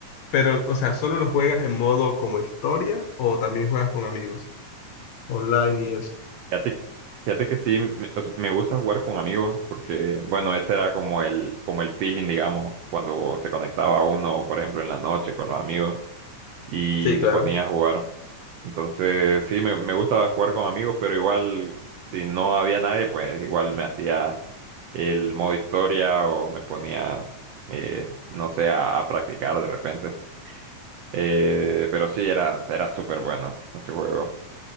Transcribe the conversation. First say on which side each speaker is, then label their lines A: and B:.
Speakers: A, on the left (about 70°); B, on the right (about 85°).
A: Pero, o sea, ¿solo lo juegas en modo como historia o también juegas con amigos? Online y eso.
B: Fíjate, fíjate que sí, me, o sea, me gusta jugar con amigos porque, bueno, ese era como el, como el feeling, digamos, cuando se conectaba uno, por ejemplo, en la noche con los amigos y
A: Sí,
B: se
A: claro.
B: ponía a jugar. Entonces, sí, me, me gustaba jugar con amigos, pero igual, si no había nadie, pues igual me hacía el modo historia o me ponía, eh, no sé, a, a practicar de repente. Eh, pero sí, era, era súper bueno ese juego.